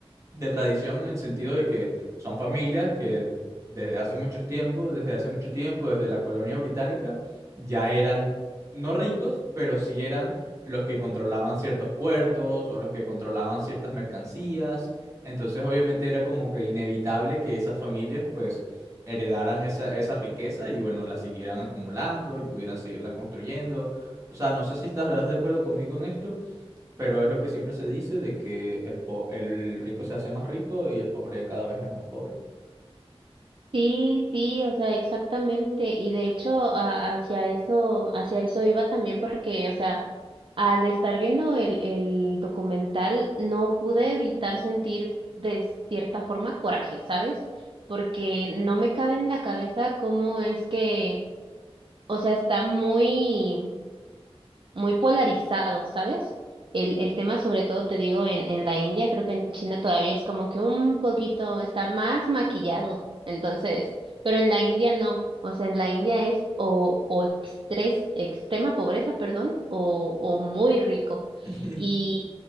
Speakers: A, on the right; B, on the right.
A: de tradición en el sentido de que son familias que desde hace mucho tiempo, desde hace mucho tiempo, desde la colonia británica, ya eran no ricos, pero sí eran los que controlaban ciertos puertos o los que controlaban ciertas mercancías. Entonces, obviamente era como que inevitable que esas familias pues heredaran esa, esa riqueza y bueno, la siguieran acumulando y pudieran seguirla construyendo. O sea, no sé si estarás de acuerdo conmigo en esto, pero es lo que siempre se dice de que el, po- el rico se hace más rico y el pobre cada vez es más pobre.
B: Sí, sí, o sea, exactamente. Y de hecho, a- hacia eso, hacia eso iba también porque, o sea, al estar viendo el, el documental, no pude evitar sentir de cierta forma coraje, ¿sabes? Porque no me cabe en la cabeza cómo es que, o sea, está muy muy polarizado, ¿sabes? El, el tema, sobre todo, te digo, en, en la India, creo que en China todavía es como que un poquito, está más maquillado. Entonces, pero en la India no. O sea, en la India es o, o extres- extrema pobreza, perdón, o, o muy rico.
A: <laughs>
B: Y,